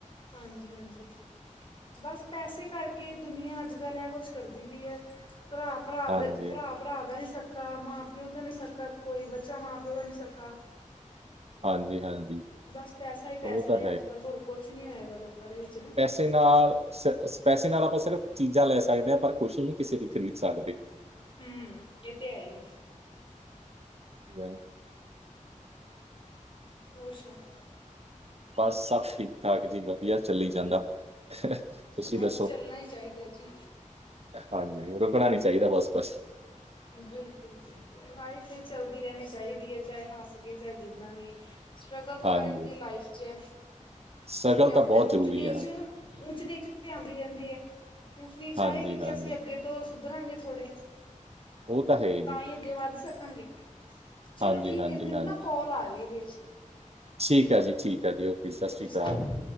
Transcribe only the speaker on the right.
ਹਾਂਜੀ,
ਹਾਂਜੀ ਹਾਂਜੀ
ਉਹ ਤਾਂ
ਪੈੇ ਨਾਲ ਪੈਸੇ ਨਾਲ ਆਪਾਂ ਸਿਰਫ ਚੀਜ਼ਾਂ ਲੈ ਸਕਦੇ ਹਾਂ ਪਰ ਕੁਛ ਨਹੀਂ ਕਿਸੇ ਦੀ ਖਰੀਦ ਸਕਦੇ
ਅੱਛਾ
ਬਸ ਸਭ ਠੀਕ ਠਾਕ ਜੀ ਵਧੀਆ ਚੱਲੀ ਜਾਂਦਾ ਤੁਸੀਂ
ਦੱਸੋ?
ਹਾਂਜੀ ਰੁਕਣਾ ਨੀ ਚਾਹੀਦਾ ਬਸ ਕੁਛ
ਹਾਂਜੀ।
ਸ਼ਕਲ
ਤਾਂ ਬਹੁਤ ਜ਼ਰੂਰੀ
ਹੈ
ਹਾਂਜੀ,
ਹਾਂਜੀ।
ਉਹ ਤੇ ਹੈ
ਜੀ।
ਹਾਂਜੀ,
ਹਾਂਜੀ,
ਹਾਂਜੀ।
ਠੀਕ ਹੈ ਜੀ ਠੀਕ ਹੈ ਜੀ। ਓਕੇ ਸਤਿ ਸ਼੍ਰੀ
ਅਕਾਲ।